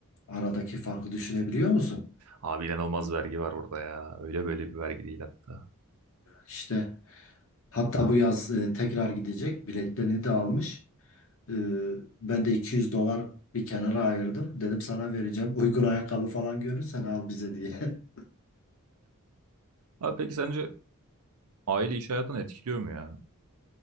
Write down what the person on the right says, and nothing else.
Abi inanılmaz vergi var orada ya. Öyle böyle bir vergi değil hatta.
Abi peki sence aile iş hayatını etkiliyor mu ya?